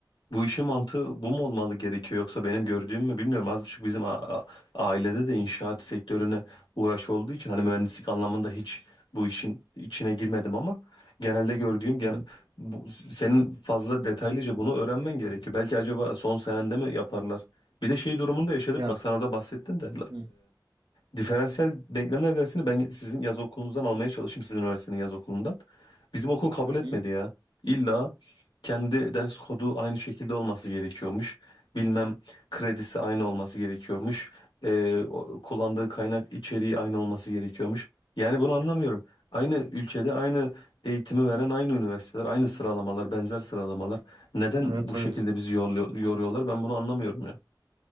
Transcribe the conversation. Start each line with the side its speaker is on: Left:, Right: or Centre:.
Left: bu işin mantığı bu mu olmalı gerekiyor yoksa benim gördüğüm mü bilmiyorum. Az buçuk bizim a- a- ailede de inşaat sektörüne uğraş olduğu için hani mühendislik anlamında hiç bu işin içine girmedim ama genelde gördüğüm gene,
Right: Hı hı.
Left: bu, senin fazla detaylıca bunu öğrenmen gerekiyor. Belki acaba son senende mi yaparlar? Bir de şey durumunda yaşadık.
Right: Ya.
Left: Bak sen orada bahsettin de
Right: Hı
Left: Diferansiyel denklemler dersini ben sizin yaz okulunuzdan almaya çalıştım. Sizin üniversitenin yaz okulundan. Bizim okul kabul
Right: hı.
Left: etmedi ya. İlla kendi ders kodu aynı şekilde olması gerekiyormuş. Bilmem kredisi aynı olması gerekiyormuş. Ee, o- kullandığı kaynak içeriği aynı olması gerekiyormuş. Yani bunu anlamıyorum. Aynı ülkede aynı eğitimi veren aynı üniversiteler, aynı sıralamalar, benzer sıralamalar. Neden
Right: Evet
Left: bu şekilde
Right: evet.
Left: bizi yorluyor- yoruyorlar? Ben bunu anlamıyorum ya.